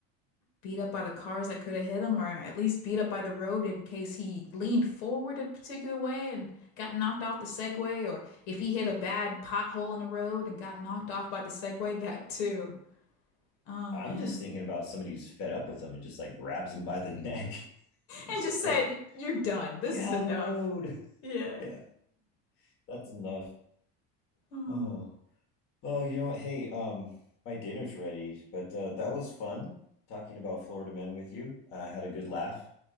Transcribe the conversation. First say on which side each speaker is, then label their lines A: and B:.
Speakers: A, on the left; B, on the left.
A: beat up by the cars that could have hit him, or at least beat up by the road in case he leaned forward a particular way and got knocked off the Segway, or if he hit a bad pothole in the road and got knocked off by the Segway, <laughs> that too. Oh
B: I'm
A: man.
B: just thinking about somebody who's fed up with him and just like grabs him by the neck, <laughs>
A: And
B: just
A: just said,
B: like
A: You're done. This
B: get
A: is
B: out
A: enough.
B: of the road.
A: Yeah.
B: Yeah,
A: <sighs>
B: that's enough.
A: Mm.
B: Oh. Oh, you know what? Hey, um, my dinner's ready, but uh, that was fun talking about Florida men with you. I uh, had a good laugh.